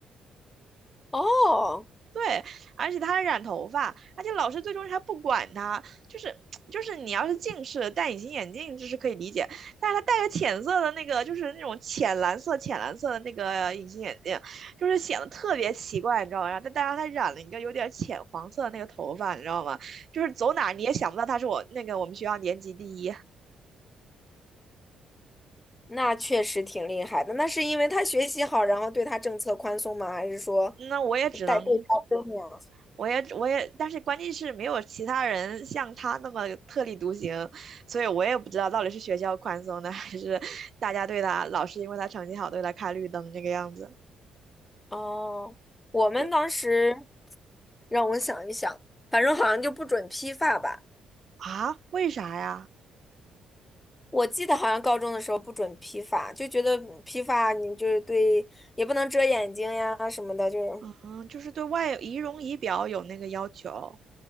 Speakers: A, on the left; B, on the right.
A: 哦，
B: 对，而且他还染头发，而且老师最终还不管他，就是就是你要是近视戴隐形眼镜这是可以理解，但是他戴个浅色的那个就是那种浅蓝色浅蓝色的那个隐形眼镜，就是显得特别奇怪，你知道吗？然后再加上他染了一个有点浅黄色的那个头发，你知道吗？就是走哪儿你也想不到他是我那个我们学校年级第一，
A: 那确实挺厉害的。那是因为他学习好，然后对他政策宽松吗？还是说
B: 那我也只能
A: 代购高增呀？
B: 我也我也，但是关键是没有其他人像他那么特立独行，所以我也不知道到底是学校宽松的，<laughs> 还是大家对他老师因为他成绩好对他开绿灯这个样子。
A: 哦，我们当时
B: 对
A: 让我想一想，反正好像就不准批发吧。
B: 啊，为啥呀？
A: 我记得好像高中的时候不准批发，就觉得批发你就是对，也不能遮眼睛呀什么的，就是
B: 嗯，就是对外仪容仪表有那个要求。